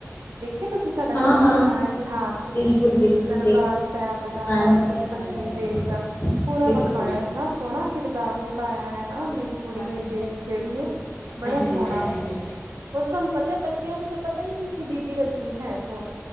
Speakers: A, on the right; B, on the left.
A: ਦੇਖੀਏ ਤੁਸੀਂ? ਸਾਡਾ
B: ਹਾਂ
A: ਕਿੰਨਾ
B: ਹਾਂ
A: ਪੁਰਾਣਾ ਇਤਿਹਾਸ
B: ਬਿਲਕੁਲ ਬਿਲਕੁਲ
A: ਦਰਬਾਰ
B: ਦੇਖ
A: ਸਾਹਿਬ ਦਾ
B: ਹਾਂਜੀ
A: ਦੁਖ- ਪੰਜਵੀਂ
B: ਹਾਂਜੀ
A: ਪੇਰੀ ਤਕ, ਪੂਰਾ
B: ਬਿਲਕੁਲ
A: ਵਿਖਾਇਆ ਇੰਨਾ ਸੋਹਣਾ ਕਿਰਦਾਰ ਨਿਭਾਇਆ ਹੈਨਾ ਨੇ - ਕੁੜੀ
B: ਹਾਂਜੀ
A: ਨੇ ਵਿਚੇ ਜੇਹੜੀ ਏ? ਬੜਾ
B: ਹਾਂਜੀ
A: ਸੋਹਣਾ
B: ਹਾਂਜੀ
A: ਹੋਰ ਸਾਨੂੰ ਪਤਾ, ਬੱਚਿਆਂ ਨੂੰ ਤਾਂ ਪਤਾ ਹੀ ਨਹੀਂ ਸੀ ਬੀਬੀ ਰਜਨੀ ਹੈ ਕੌਣ?